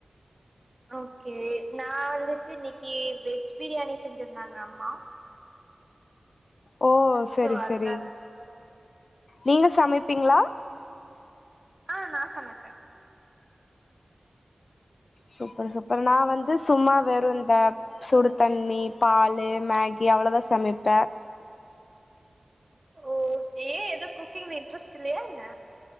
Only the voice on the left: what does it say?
ஓ செரி
செரி நீங்க சமைப்பீங்ளா
சூப்பர் சூப்பர் நா வந்து சும்மா வெறு இந்த சுடுதண்ணி பாலு மகி அவ்ளோதா சமப்பே